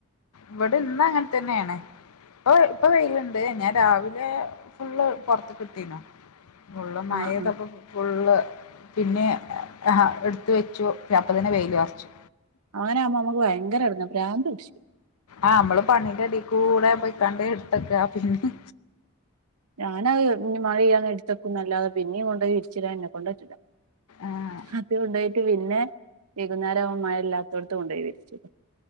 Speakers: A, on the left; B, on the right.
A: ഇവടെ ഇന്ന് അങ്ങനെ തന്നെയാണ് ഇപ്പൊ ഇപ്പൊ വെയില്ണ്ട് ഞാൻ രാവിലെ ഫുള്ള് പൊർത്ത്കിട്ടീനു ഫുള്ളും മഴതപ്പോ
B: ആഹ് ആഹ്
A: ഫുള്ള് പിന്നെ ആ എടുത്ത് വെച്ചു അപ്പത്തന്നെ വെയിലും അർച്ചു
B: അങ്ങനാവുമ്പോ നമ്മക്ക് ഭയങ്കര എടുങ്ങേ ഭ്രാന്ത് പിടിച്ചും
A: ആഹ് നമ്മള് പണിന്റെ എടികൂടെ പോയിക്കാണ്ട് എടുത്തക്കാ പിന്നിം
B: ഞാന അഹ് മഴപെയ്യാ നേരത്ത് എടുത്തക്കുംന്നല്ലാതെ പിന്നിം കൊണ്ടോയി വിരിച്ചിടാൻ എന്നെ കൊണ്ട് കജുല
A: ആഹ്
B: അത് കൊണ്ടോയിട്ട് പിന്നെ വൈകുന്നേരവു മഴല്ലാത്തോട്ത്ത് കൊണ്ടോയി വിരിച്ചിടും